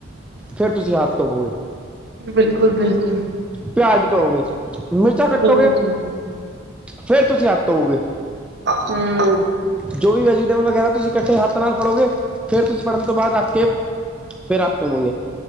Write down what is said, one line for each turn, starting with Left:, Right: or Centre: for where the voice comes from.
Centre: ਫੇਰ ਤੁਸੀਂ ਹੱਥ ਧੋ ਬੋਗੇ।
Right: ਬਿਲਕੁਲ-ਬਿਲਕੁਲ।
Centre: ਪਿਆਜ ਵੀ ਧੋਵੋਗੇ, ਮਿਰਚਾਂ ਕੱਟੋਗੇ
Right: ਬਿਲਕੁਲ ਹੂੰ
Centre: ਫੇਰ ਤੁਸੀਂ ਹੱਥ ਧੋਓਗੇ।
Right: ਹੂੰ
Centre: ਜੋ ਵੀ ਵੈਜੀਟੇਬਲ ਵਗੈਰਾ ਤੁਸੀਂ ਕੱਟੇ ਹੱਥ ਨਾਲ ਫੜੋਗੇ, ਫਿਰ ਤੁਸੀਂ ਫੜਨ ਤੋਂ ਬਾਅਦ ਰੱਖਕੇ ਫੇਰ ਹੱਥ ਧੋਬੋਗੇ,